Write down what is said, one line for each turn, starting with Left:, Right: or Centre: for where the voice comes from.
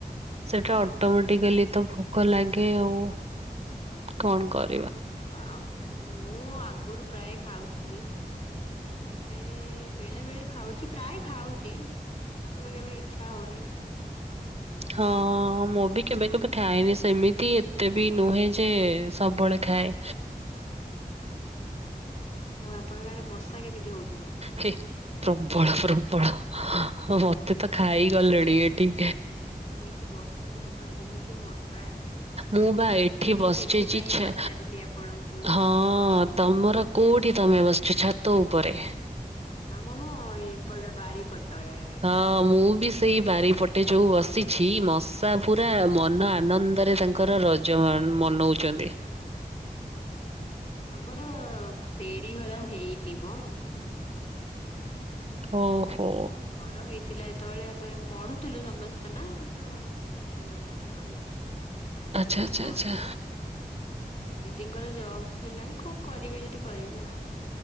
Right: ସେଟା ଅଟୋମେଟିକାଲି ତ ଭୋକ ଲାଗେ ଆଉ। କଣ କର
Left: ହ ହ ମୁଁ ଆଗରୁ ପ୍ରାୟ ଖାଉଥିଲି। ତେବେ ବେଳେ ବେଳେ ଖାଉଛି ପ୍ରାୟ ଖାଉଛି। କେବେ କେବେ ଇଛା ହଉନି।
Right: ହଁ ମୁଁ ବି କେବେ କେବେ ଖାଏନି ସେମିତି ଏତେ ବି ନୁହେଁ ଯେ ସବୁବେଳେ ଖାଏ।
Left: <inaudible> ଆଉ ଆପଣଙ୍କ ଆଡେ ମଶା କେମିତି ହଉଛନ୍ତି?
Right: ଛି ପ୍ରବଳ ପ୍ରବଳ ମତେ ତ ଖାଇ ଗଲେଣି ଏଠି।
Left: ମୁଁ ଏଇଠି ବସିଛି କୁହନ୍ତୁନି କି ମଶା।
Right: ମୁଁ ବା ଏଠି
Left: ମୁଁ
Right: ବସିଛି
Left: ସେଥିପାଇଁ
Right: ଛେ
Left: ପଚାରିଲି ଆପଣଙ୍କୁ।
Right: ହଁ। ହଁ ତମର କୋଉଠି ତମେ ବସିଛ ଛାତ ଉପରେ।
Left: ଆ ମାମ ଏପ ବାରି ପଟ ଏ।
Right: ହଁ ମୁଁ ବି ସେଇ ବାରିପଟେ ଯୋଉ ବସିଛି ମଶା ପୁରା ମନ ଆନନ୍ଦରେ ତାଙ୍କର ର ଯ ମନଉଛନ୍ତି।
Left: ଆମର ସେଡି ଘର ହେଇନି ମ। ହେଇନି
Right: ଓହୋ
Left: କଣ ଘର ହେଇଥିଲା ଯେତେବେଳେ ଆମେ ପଢୁଥିଲୁ ସମସ୍ତେ ନା ସେ ଘରେ। ଦିଅ ମୁଁ ପଢୁଛୁ
Right: ଆଚ୍ଛା
Left: ଏବେ ବି
Right: ଆଚ୍ଛା
Left: ପଢିବୁ।
Right: ଆଚ୍ଛା
Left: ଦିଦିଙ୍କର ଜବ୍ ହେଲାଣି କଣ କରିବି ଯଦି କରିବେ ଆଉ।